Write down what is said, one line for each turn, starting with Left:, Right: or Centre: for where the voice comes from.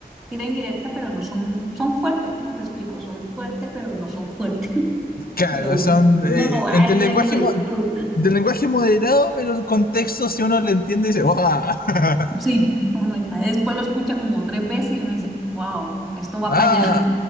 Centre: tira indirecta, pero no son, son fuertes, como te explico, son fuertes, pero no son fuertes. <laughs>
Left: Claro,
Centre: Pero uno,
Left: son
Centre: uno
Left: eh,
Centre: lo baila
Left: en- del lenguaje
Centre: y lo disfruta.
Left: mo- del lenguaje moderado, pero el contexto, si uno lo entiende, dice, ¡ah! <laughs>
Centre: Sí, uno ya después lo escucha como tres veces y uno dice, wow, esto va
Left: ah,
Centre: para allá.